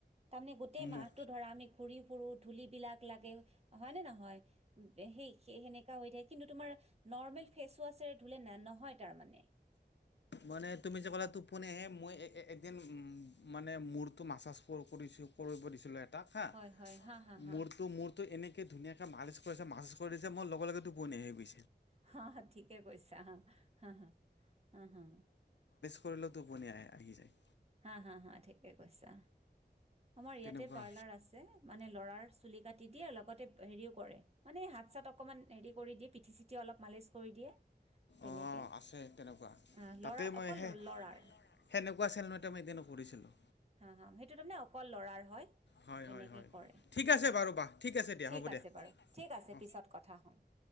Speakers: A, on the right (about 35°); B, on the left (about 80°).
A: তাৰমানে গোটেই
B: ম
A: মাহটো ধৰা, আমি ঘুৰি ফুুৰোঁ, ধূলিবিলাক বিলাক লাগে, হয় নে নহয়? উম- সে- সেনেকা হৈ থাকে। কিন্তু তোমাৰ নৰ্মেল ফেচ ৱাছৰে ধুলে ন- নহয় তাৰ মানে।
B: মানে তুমি যে ক'লা, টোপনি আহে। মই এ- একদিন উম মানে মূৰটো মাছাজ কৰ- কৰিছোঁ- কৰিব দিছিলোঁ এ তাক হা।
A: হয় হয় হা হা হা
B: মূৰটো- মূৰ তো এনেকে ধুনীয়াকে মালিছ কৰিছে, মাছাজ কৰিছে, মই লগে - লগে টোপনি আহি গৈ
A: হা - হা, ঠিকে কৈছা। হা - হা, হা -হা, হা।
B: কৰিলে টোপনি আহে- আহি যায়।
A: হা হা হা ঠিকে কৈছা আমাৰ ইয়াতে
B: তেনেকুৱা
A: পাৰ্লাৰ আছে, মানে ল'ৰাৰ চুলি কাটি দিয়ে আৰু লগতে হেৰিও কৰে, মানে হাত-চাত অকমান হেৰি কৰি দিয়ে, পিঠি-চিঠি অলপ মালিচ কৰি দিয়ে। তেনেকে।
B: অঁ
A: অ'
B: আছে তেনেকুৱা তাতে
A: ল'ৰাৰ-
B: মই
A: অকল
B: সেই
A: ল'ৰাৰ।
B: সেনেকুৱা চেলুন এটা মই এদিন কৰিছিলোঁ।
A: হা- হা, সেইটো তাৰমানে অকল ল'ৰাৰ হয়।
B: হয়
A: তেনেকে
B: হয় হয়
A: কৰে।
B: ঠিক আছে বাৰু বা ঠিক আছে দিয়া
A: ঠিক
B: হ'ব দিয়া
A: আছে বাৰু, ঠিক আছে
B: অঁ
A: পিছত কথা হম।